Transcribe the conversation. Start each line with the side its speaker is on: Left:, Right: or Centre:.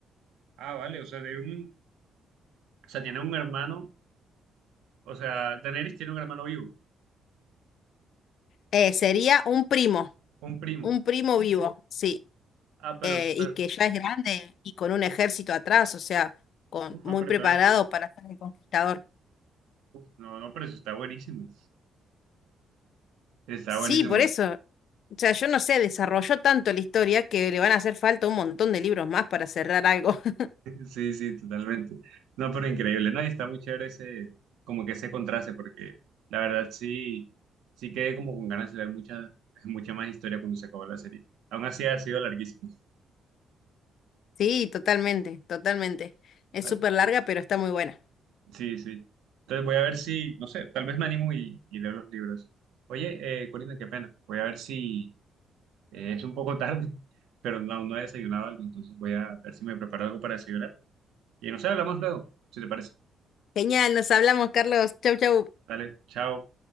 Right: Ah, vale, o sea, de un, o sea, tiene un hermano, o sea, Daenerys tiene un hermano vivo,
Left: Eh, sería un primo,
Right: un primo.
Left: un primo vivo, sí,
Right: Ah, pero,
Left: eh,
Right: pero,
Left: y que ya es grande y con un ejército atrás, o sea, con,
Right: uf,
Left: muy
Right: ah, pero
Left: preparado
Right: entonces,
Left: para ser el conquistador.
Right: uf, no, no, pero eso está buenísimo. Está
Left: Sí,
Right: buenísimo.
Left: por eso.
Right: <laughs>
Left: O sea, yo no sé, desarrolló tanto la historia que le van a hacer falta un montón de libros más para cerrar algo. <laughs>
Right: Sí, sí, totalmente. No, pero increíble, ¿no? Y está muy chévere ese, como que ese contraste, porque la verdad sí, sí quedé como con ganas de ver mucha, mucha más historia cuando se acabó la serie. Aún así ha sido larguísimo.
Left: Sí, totalmente, totalmente. Es
Right: Vale.
Left: súper larga, pero está muy buena.
Right: Sí, sí. Entonces voy a ver si, no sé, tal vez me animo y, y leo los libros. Oye, eh, Corina, qué pena. Voy a ver si eh, es un poco tarde, <laughs> pero no, no he desayunado algo, entonces voy a ver si me preparo algo para desayunar. Y no sé, hablamos luego, si te parece.
Left: Genial, nos hablamos, Carlos. Chau, chau.
Right: Dale, chao.